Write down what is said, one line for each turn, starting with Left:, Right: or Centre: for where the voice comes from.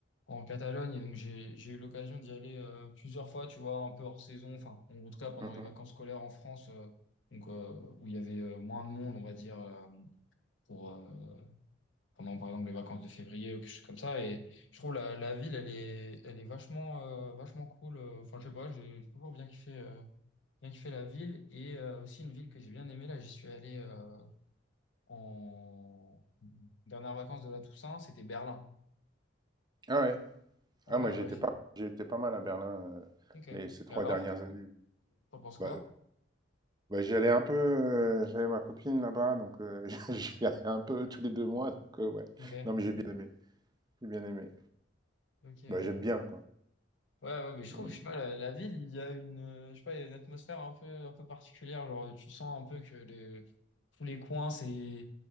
Left: en Catalogne. Et donc, j'ai j'ai eu l'occasion d'y aller euh, plusieurs fois, tu vois, un peu hors saison. Enfin, en en tout cas, pendant
Right: Mhm.
Left: les vacances scolaires en France, euh, donc, euh, où il y avait euh, moins de monde, on va dire, euh, pour, euh, pendant, par exemple, les vacances de février ou quelque chose comme ça. Et je trouve la, la ville, elle est, elle est vachement, euh, vachement cool. Enfin, je sais pas, j'ai toujours bien kiffé. euh, bien kiffé la ville et euh, aussi une ville que j'ai bien aimée. Là, j'y suis allé euh, en dernière vacances de la Toussaint, c'était Berlin.
Right: Ah ouais.
Left: Ouais,
Right: Ah, moi, j'étais
Left: ouais, ouais, j'ai.
Right: pas, j'étais pas mal à Berlin euh,
Left: Ok. Et
Right: les, ces trois
Left: alors,
Right: dernières années.
Left: t'en penses quoi?
Right: Bah, bah, j'y allais un peu, euh, j'avais ma copine là-bas, donc euh, <laughs> j'y allais un peu tous les deux mois. Donc, euh, ouais.
Left: Ok.
Right: Non, mais j'ai bien aimé. J'ai bien aimé.
Left: Ok,
Right: Bah,
Left: ok.
Right: j'aime bien, quoi.
Left: Ouais, ouais, mais je trouve,
Right: Et-
Left: je sais pas, la, la ville, il y a une, euh, je sais pas, il y a une atmosphère un peu, un peu particulière. Genre, tu sens un peu que les, tous les coins, c'est,